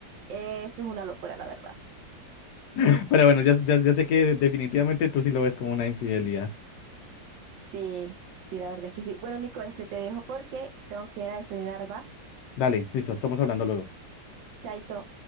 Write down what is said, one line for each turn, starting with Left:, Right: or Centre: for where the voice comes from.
Right: eh, esto es una locura, la verdad.
Left: <laughs> Pero bueno, ya, ya, ya sé que definitivamente tú sí lo ves como una infidelidad.
Right: Sí, sí, la verdad es que sí. Bueno, Nico, este te dejo porque tengo que ir a desayunar, ¿va?
Left: Dale, listo, estamos hablando luego.
Right: Chaito.